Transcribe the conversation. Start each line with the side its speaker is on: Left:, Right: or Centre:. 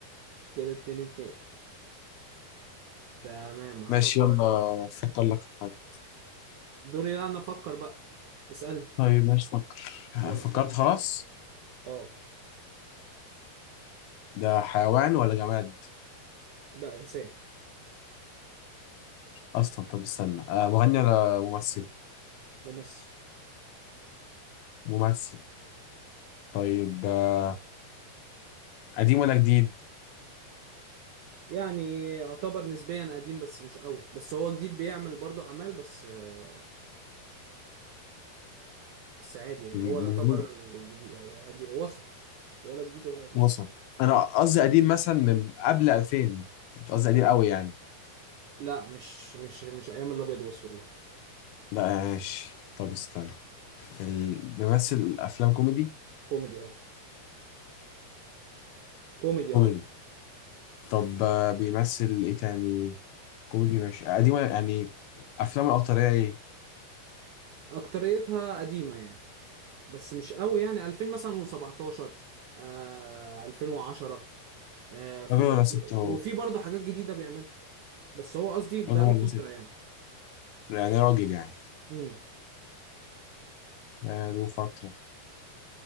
Right: كده اتنين اتنين تمام هفكر
Left: ماشي يلا
Right: انا
Left: فكر لك في حاجه
Right: دوري لا انا افكر بقى اسالني
Left: طيب ماشي فكر
Right: يلا
Left: فكرت
Right: اسالني
Left: خلاص
Right: اه
Left: ده حيوان ولا جماد
Right: ده انسان
Left: اصلا طب استنى آه مغني ولا ممثل
Right: ممثل
Left: ممثل طيب آه قديم ولا جديد
Right: يعني يعتبر نسبيا قديم بس مش قوي بس هو جديد بيعمل برضه اعمال بس آه، بس عادي يعني
Left: جديد
Right: هو يعتبر
Left: من-
Right: جديد آه، عادي- وسط ولا جديد ولا قديم
Left: وصل انا قصدي قديم مثلا من قبل 2000 مش قصدي قديم قوي يعني
Right: لا مش مش مش ايام الابيض واسود لا
Left: لا ماشي طب استنى ال- بيمثل افلام كوميدي
Right: كوميدي اه كوميدي
Left: كوميدي
Right: اه
Left: طب آه بيمثل ايه تاني كوميدي ماشي قديم ولا يعني افلامه الاكتريه ايه
Right: اكتريتها قديمة يعني بس مش قوي يعني 2000 مثلا و17 آه 2010 آه في
Left: راجل ولا
Right: برضه
Left: ست هو
Right: وفي برضه حاجات جديدة بيعملها بس هو قصدي بقاله
Left: راجل ولا
Right: فترة
Left: ست
Right: يعني
Left: يعني راجل يعني
Right: امم
Left: بقاله فترة